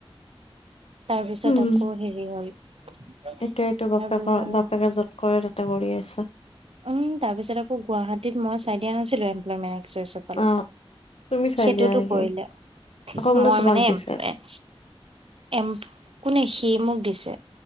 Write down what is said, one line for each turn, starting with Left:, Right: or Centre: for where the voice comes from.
Right: তাৰপিছত
Left: হুম।
Right: আকৌ হেৰি হল তাৰপিছত
Left: এতিয়া এইটো বাপেকৰ বাপেকে যত কৰে কৰি আছে
Right: উম তাৰ পিছত আকৌ গুৱাহাটীত মই চাই দিয়াছিলো এম্প্লমেণ্ট এক্সপ্ৰেছত
Left: অ' তুমি চাই
Right: সেইটোতো
Left: দিয়া নেকি?
Right: কৰিলে
Left: আকৌ বোলে
Right: মই
Left: তোমাক
Right: মানে
Left: দিছে
Right: এমপ্লয় এম কোনে সি মোক দিছে